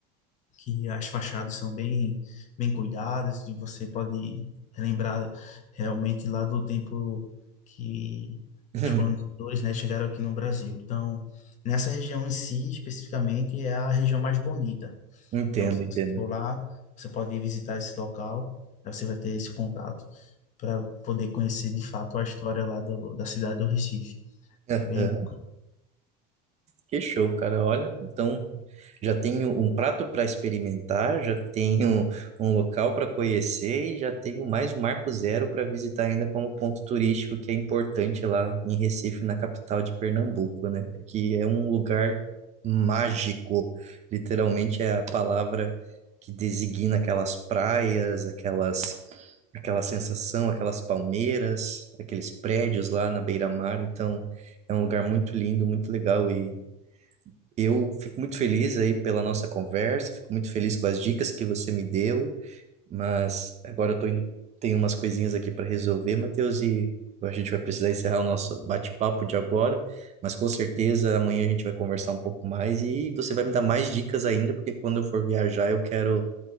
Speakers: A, on the left (about 35°); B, on the right (about 30°).
A: que as fachadas são bem, bem cuidadas, e você pode lembrar realmente lá do tempo que
B: <laughs>
A: os colonizadores, né, chegaram aqui no Brasil. Então, nessa região em si, especificamente, é a região mais bonita.
B: Entendo,
A: Então, se
B: entendo.
A: você for lá, você pode visitar esse local, aí você vai ter esse contato para poder conhecer de fato a história lá do, da cidade do Recife.
B: <laughs>
A: É Bem
B: Que show, cara. Olha, então já tenho um prato para experimentar, já tenho um local para conhecer e já tenho mais um Marco Zero para visitar ainda como ponto turístico que é importante lá em Recife, na capital de Pernambuco, né? É Que é um lugar mágico. Literalmente é a palavra que designa aquelas praias, aquelas aquela sensação, aquelas palmeiras, aqueles prédios lá na beira-mar. Então, é um lugar muito lindo, muito legal e eu fico muito feliz aí pela nossa conversa, fico muito feliz com as dicas que você me deu, mas agora eu tô indo, tenho umas coisinhas aqui para resolver, Matheus, e a gente vai precisar encerrar o nosso bate-papo de agora, mas com certeza amanhã a gente vai conversar um pouco mais e você vai me dar mais dicas ainda, porque quando eu for viajar eu quero